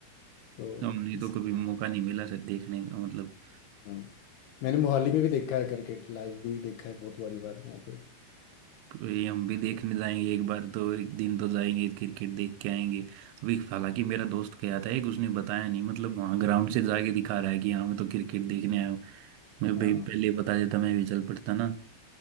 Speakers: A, on the left; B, on the right.
A: तो
B: तो हमने
A: इस
B: तो कभी मौका नहीं मिला सर देखने का मतलब
A: हाँ मैंने मोहाली में भी देखा है क्रिकेट लाइव भी देखा है बहुत बारी बार वहाँ पे
B: ये हम भी देखने जाएंगे एक बार तो एक दिन तो जाएंगे क्रिकेट देख के आएंगे अभी हालांकि मेरा दोस्त गया था एक उसने बताया नहीं मतलब वहाँ ग्राउंड से जाके दिखा रहा है कि हाँ मैं तो क्रिकेट देखने आया हूँ मैं
A: हाँ
B: भाई पहले बता देता मैं भी चल पड़ता ना